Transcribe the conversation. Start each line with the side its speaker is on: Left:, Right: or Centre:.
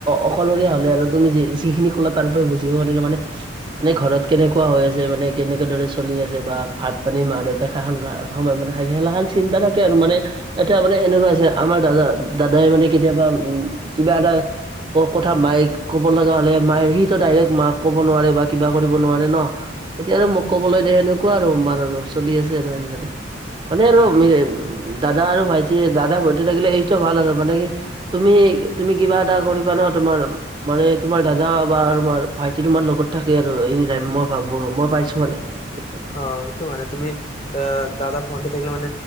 Right: অকলশৰীয়া হ'লে আৰু তুমি যিখিনি কলা তাৰ পৰা বুজিব পাৰিলো মানে মানে ঘৰত কেনেকুৱা হৈ আছে মানে কেনেকে দৰে চলি আছে বা ভাত পানী মাহত খা-খা সময় মানে খেলা খন চিন্তা থাকে আৰু মানে এতিয়া মানে এনেকুৱা আমাৰ দাদা - দাদাই মানে কেতিয়াবা উম কিবা এটা অ, কথা মায়ে ক'ব লগা হ'লে মায় সিটো ডাইৰেক্ট মাক ক'ব নোৱাৰে বা কিবা কৰিব নোৱাৰে ন। এতিয়া আৰু মোক ক'বলৈ দে সেনেকুৱা আৰু চলি আছে আৰু এনেদৰে। মানে আৰু
Left: উম।
Right: দাদা আৰু ভাইটি দাদা ভাইটি থাকিলে এইটো ভাল আৰু মানে কি। তুমি - তুমি কিবা এটা কৰিবা ন তোমাৰ মানে তোমাৰ দাদা বা তোমাৰ ভাইটি তোমাৰ লগত থাকে আৰু এনে ম মই ভাবো মই পাইছো মানে। স চ <unintelligible>
Left: অ, সেইটো মানে তুমি আহ দাদা ভণ্টি থাকিলে মান